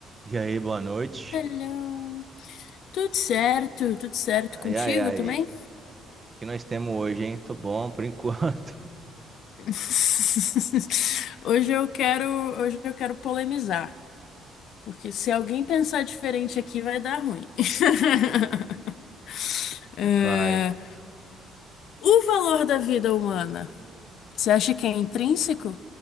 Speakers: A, on the right (about 25°); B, on the left (about 70°).
A: E aí, boa noite.
B: Hello. Tudo certo? Tudo certo
A: Ai,
B: contigo
A: ai, ai.
B: também?
A: O que nós temos hoje, hein? Tô bom por enquanto.
B: <laughs> Hoje eu quero, hoje eu quero polemizar, porque se alguém pensar diferente aqui vai dar ruim. <laughs> É,
A: <laughs> Vai.
B: o valor da vida humana, você acha que é intrínseco